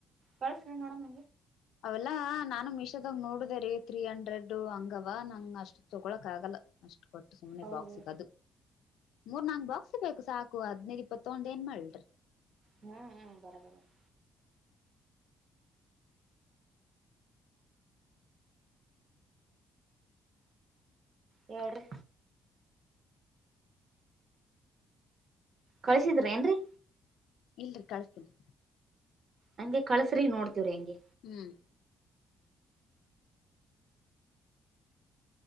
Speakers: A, on the right; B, on the left.
A: ಕಳಸ್ರಿ ನೋಡಮ್,
B: ಅವೆಲ್ಲಾನಾನು ಮೀಶೋದಾಗ ನೋಡದೆ ರೀ. ತ್ರೀ ಹಂಡ್ರೆಡ್ ಹಂಗಾವ ನಂಗ ಅಷ್ಟು ತಗೊಳಕ್ ಆಗಲ್ಲ. ಅಷ್ಟು ಕೊಟ್ಟು ಸುಮ್ನೆ
A: ಹೌದು
B: ಬಾಕ್ಸಿಗದು. ಮೂರ್ ನಾಲ್ಕ್ ಬಾಕ್ಸ್ ಬೇಕು ಸಾಕು. ಅದ್ನೈದ ಇಪ್ಪತ್ತುತಗಂಡ ಏನ್ ಮಾಡಲ್ರಿ,
A: ಹ್ಮ್ ಹ್ಮ್ ಬರಬರ <inaudible> ಹೇಳ್ರಿ ಕಳ್ಸಿದ್ರ ಏನ್ರರಿ
B: ಇಲ್ರಿ ಕಳ್ಸಿಸ್ತಿನಿ.
A: ಹಂಗೆ ಕಳ್ಸ್ರಿ ನೋಡ್ತಿವ್ರಿ ಹೆಂಗೆ
B: ಹ್ಮ್